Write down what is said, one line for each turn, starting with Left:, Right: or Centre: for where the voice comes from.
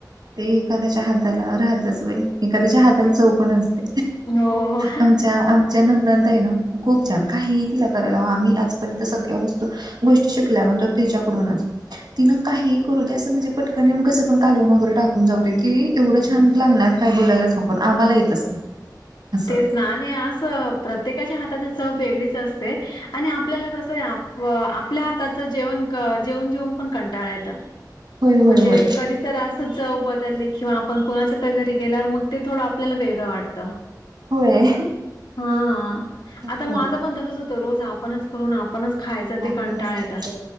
Right: ते एखाद्याच्या हाताला राहतच बाई एखाद्याच्या हाताला चव पण असत
Left: हो
Right: आमच्या आमच्या न नंतर खूप छान काही तिला करायला हव आम्ही आजपर्यंत सगळ्या वस्तू गोष्टी शिकला नो तर तुझ्या त काही करू म्हणे पटनऊन कसणलव टाकून जाऊ दे की एवढं छान लागणार काय बोलायला सगून आम्हाला येतच नाही. असं.
Left: ते स्नान हे आ प्रत्येकाच्या हातातच वेगळीच असते. आणि आपल्याला कसं आहे आप आपल्या हाताचं जेवण जेवन जेवन पण कंटाळायेतं.
Right: होय होय
Left: म्हणजे
Right: होय
Left: कधी तर अस जाऊ बदलले किंवा, पण कुणाचं तर घरी गेल्यावर मग ते थोडं आपल्याला वेगळं वाटतं.
Right: होय
Left: हा
Right: असं
Left: आता माझं
Right: होतं.
Left: पण तसच रोज आपणच करून आपणच खायचं ते
Right: आपणच
Left: कंटाळा
Right: खायचो
Left: येतं.